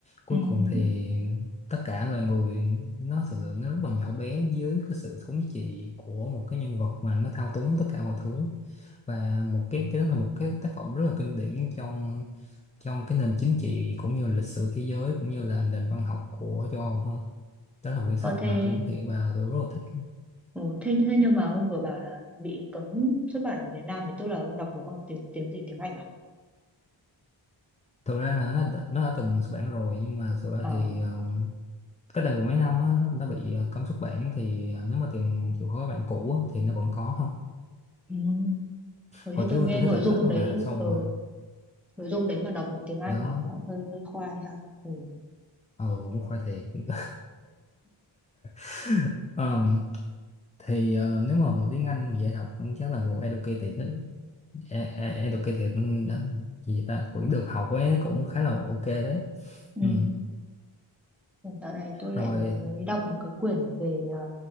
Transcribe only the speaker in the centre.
ừ.
ừ.
Ờ thế
Ồ, thế, thế nhưng mà ông vừa bảo là bị cấm xuất bản ở Việt Nam thì tức là ông đọc nó bằng tiếng tiếng gì tiếng Anh à?
À,
ừ. Rồi
cho tôi
nghe
nội
dung
đấy,
ừ,
nội dung đấy mà đọc bằng tiếng Anh
thì nó cũng hơi hơi khoai ha. Ừ.
Ừ.
Dạo này tôi lại
mới đọc một cái quyển về à,